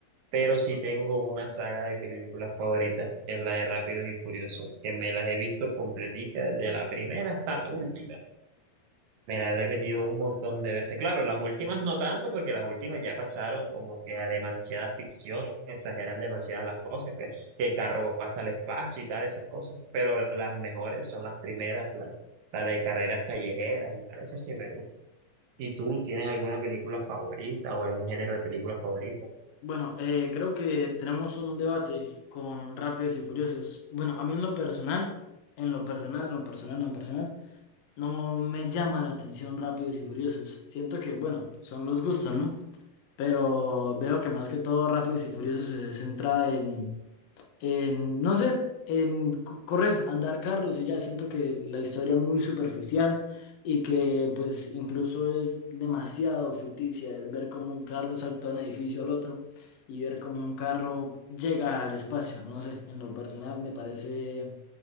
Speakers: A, on the right; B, on the left.
A: pero sí tengo una saga de películas favoritas, que es la de Rápidos y Furiosos, que me las he visto completica desde la primera hasta la última. Me la he repetido un montón de veces. Claro, las últimas no tanto, porque las últimas ya pasaron como que a demasiada ficción, exageran demasiadas las cosas, que, que el carro va hasta el espacio y tal, esas cosas. Pero las mejores son las primeras, la, la de carreras callejeras y tal, esas sí me gustan. ¿Y tú tienes alguna película favorita o algún género de película favorita?
B: Bueno, eh, creo que tenemos un debate con Rápidos y Furiosos. Bueno, a mí en lo personal, en lo personal, en lo personal, en lo personal, no me llama la atención Rápidos y Furiosos. Siento que, bueno, son los gustos, ¿no? Pero veo que más que todo Rápidos y Furiosos se centra en en, no sé, en c- correr, andar carros y ya siento que la historia es muy superficial y que pues incluso es demasiado ficticia el ver cómo un carro saltó de un edificio al otro y ver cómo un carro llega al espacio, no sé, en lo personal me parece